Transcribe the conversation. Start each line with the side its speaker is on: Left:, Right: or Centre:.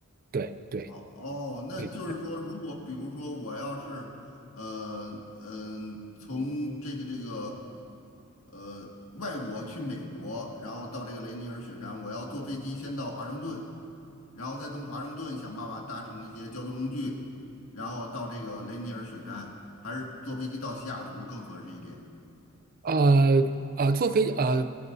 Right: 对，对，
Left: 哦哦，那就是说，
Right: 对，
Left: 如果比如说我要是，呃嗯、从这个这个呃外国去美国，然后到这个雷尼尔雪山，我要坐飞机先到华盛顿，然后再从华盛顿想办法搭乘一些交通工具，然后到这个雷尼尔雪山，还是坐飞机到西雅图更合适一点？
Right: 呃呃，坐飞呃，